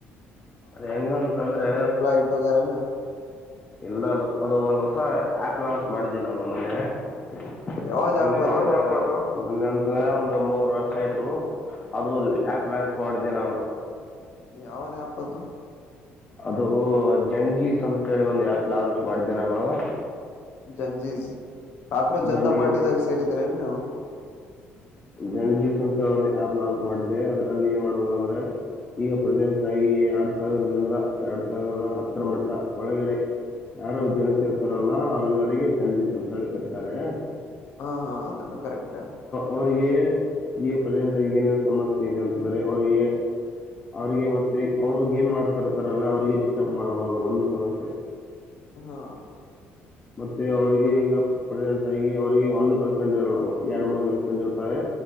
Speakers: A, on the left; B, on the left.
A: ಅದ ಹೆಂಗಂತಂದ್ರೆ
B: ಇಟ್ಟೋಗ್ಯಾರೇನ
A: ಎಲ್ಲದು ಅದು ಒಂದ್ ಹೊಸ ಆ್ಯಪ್ ಲಾಂಚ್ ಮಾಡಿದ್ದೀ ನು ಮೊನ್ನೆ <inaudible>
B: ಯಾವ್ದ್
A: ಮೊನ್ನೆ
B: ಆ್ಯಪ್ ಅದು
A: ಅಂತ್ರೆ ಒಂದ ಮೂರ್ ವರ್ಷ ಆಯ್ತು ಅದು ಆಪ್ ಲಯಾಂಚ್ ಮಾಡಿದ್ದೆ ನಾನು.
B: ಯಾವದೇ ಯಾಪ್ಪದು
A: ಅದು ಜಂಜೀಸ್ ಅಂತೇಳಿ ಒಂದು ಆ್ಯಪ್ ಲಾಂಚ್ ಮಾಡಿದ್ದೆನೆ ನಾನು
B: ಜಂಜೀಸ್ ಕಾಕ್ರೋಚ್ ಜನತಾ
A: ಜಂಜ
B: ಪಾರ್ಟಿದಾಗ ಸೇರಿದ್ರೇನ್ ನೀವು
A: ಜಂಜ ಸಂ. ಒ ಆಪ್ ಲಾಂಚ್ ಮಾಡಿದ್ದೆ ಅದರಲ್ಲಿ ಏನ್ ಮಾಡ್ಬಹುದು ಅಂದ್ರೆ ಈಗ ಪ್ರೆಸೆಂಟ್
B: ಹಾ
A: ಆಗಿ ಎರಡ್ ಸಾವಿರ <inaudible> ದ ಎರಡ್ ಸಾವಿರದ ಹತ್ತರ ಮಟ್ಟ ಒಳಗಡೆ ಯಾರು ಜನಿಸಿ ಇರ್ತಾರಲ್ಲ ಅವರೆಲ್ಲರಿಗೆ ಜನಜ ಸಂತಳಿ ರ್ತಾರ
B: ಹಾ ಹಾ ಅದನ್ನು ಕರೆಕ್ಟ್.
A: ಅವರಿಗೆ ಈಗ ಪ್ರೆಸೆಂಟಾಗಿ ಏನೇನು ಸಮಸ್ಯೆ ಇದೆ ಅಂತಂದರೆ ಅವರಿಗೆ ಅವ್ರಿಗೆ ಮತ್ತೆ ಅವರು ಗೇಮ್ ಮಾಡ್ತ ಇರ್ತಾರಲ್ಲ ಅವ್ರರಿಗೆ ಡಿಸ್ಟರ್ಬ್ ಮಾಡಬಾರದು ಒಂದು ಸಮಸ್ಯೆ.
B: ಹಾ
A: ಮತ್ತೆ ಅವ್ರಿಗೆ ಈಗ. ಪ್ರೆಸೆಂಟ್ ಆಗಿ ಅವರಿಗೆ ಒಂದು ಗರ್ಲ್ ಫ್ರೆಂಡ್ ಇರಲ್ಲ ಎರಡ್ ಮೂರು ಗರ್ಲ್ ಫ್ರೆಂಡ್ ಇರ್ತಾರೆ